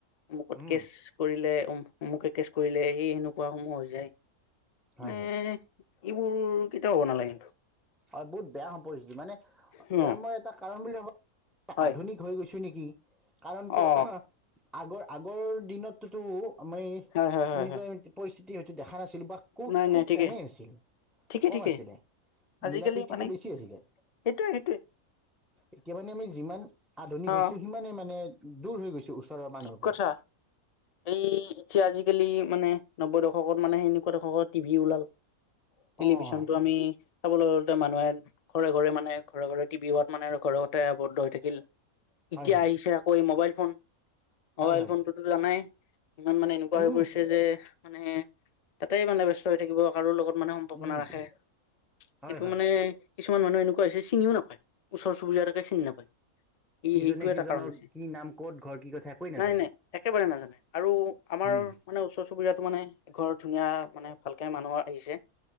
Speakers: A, on the left; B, in the centre.
A: অমুকত
B: উম
A: কেচ কৰিলে অমু অমুকে কেচ কৰিলে সি হেনো খোৱা সময় হৈ যায়
B: হয়
A: মানে
B: হয়
A: এইবোৰ কেতিয়াও হ'ব নালাগে <unintelligible>
B: হয় বহুত বেয়া <unintelligible> মানে
A: উম,
B: ইয়াৰ মই এটা কাৰণ বুলি <unintelligible>
A: হয়
B: আধুনিক হৈ গৈছোঁ নিকি কাৰণ কিয়
A: অ',
B: আগৰ আগৰ দিনত তোতো আমি
A: হয় হয় হয়
B: এনেকুৱা
A: হয়।
B: পৰিস্থিতি হয়তো দেখা নাছিলোঁ বা কু
A: নাই,
B: খুব
A: নাই ঠিকেই,
B: কমেই আছিল
A: ঠিকেই,
B: কম
A: ঠিকেই
B: আছিলে
A: আজিকালি
B: মিলা প্ৰীতিটো
A: মানে
B: বেছি আছিলে।
A: সেইটোয়ে, সেইটোয়ে
B: এতিয়া মানে আমি যিমান আধুনিক
A: অ',
B: হৈছোঁ সিমানে মানে দূৰ হৈ গৈছোঁ ওচৰৰ মানুহৰ
A: ঠিক
B: পৰা।
A: কথা এই এতিয়া আজিকালি মানে নব্বৈ দশকত মানে সেনেকুৱা দশকত টিভি ওলাল টেলিভিছনটো
B: অ অ
A: আমি চাবলৈ গ'লে মানুহে ঘৰে ঘৰে মানে ঘৰ ঘৰে টিভি হোৱাত মানে আৰু ঘৰতে আৱদ্ধ হৈ থাকিল।
B: হয়
A: এতিয়া
B: হয়
A: আহিছে আকৌ এই মবাইল ফোন
B: হয়
A: মবাইল
B: হয়
A: ফোনটোতো জানাই ইমান মানে এনেকুৱা
B: উম
A: হৈ গৈছে যে মানে তাতেই মানে ব্যস্ত হৈ থাকিব কাৰো লগত ইমানে সম্পৰ্ক
B: উম
A: নাৰাখে
B: হয়
A: সেইটো
B: হয়
A: মানে কিছুমান মানুহ এনুকুৱা হৈছে চিনিও নাপায়। ওচৰ চুবুৰীয়াটোকে চিন নাপায়। ই
B: ইজনে
A: সেইটো
B: সিজনৰ
A: এটা কাৰণ হৈছে
B: কি নাম ক'ত ঘৰ কি কথা একোৱেই নাজানে
A: নাই নাই একেবাৰে নাজানে আৰু আমাৰ
B: হুম
A: মানে ওচৰ চুবুৰীয়াটো মানে ঘৰ ধুনীয়া মানে ভালকে মানুহৰ আহিছে